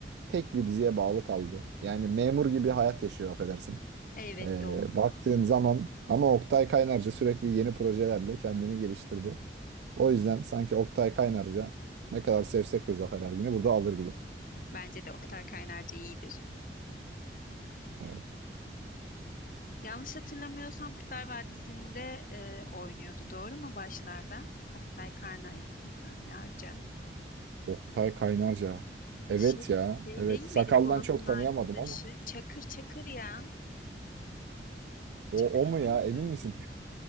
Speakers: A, on the right; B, on the left.
A: tek bir diziye bağlı kaldı. Yani memur gibi hayat yaşıyor affedersin.
B: evet
A: Ee,
B: doğru.
A: baktığın zaman ama Oktay Kaynarca sürekli yeni projelerle kendini geliştirdi. O yüzden sanki Oktay Kaynarca ne kadar sevsek de Zafer Ergin'i burada alır gibi.
B: Bence de Oktay Kaynarca iyidir.
A: Evet.
B: Yanlış hatırlamıyorsam Kurtlar Vadisi'nde e, oynuyordu doğru mu başlarda? Oktay Karnay, Kaynarca.
A: Oktay Kaynarca. Evet
B: Şey,
A: ya.
B: şey
A: Evet.
B: değil
A: Sakaldan
B: miydi Polat'ın
A: çok
B: arkadaşı?
A: tanıyamadım ama.
B: Çakır Çakır ya.
A: O,
B: Çakır
A: o mu
B: değil
A: ya? Emin
B: miydi?
A: misin?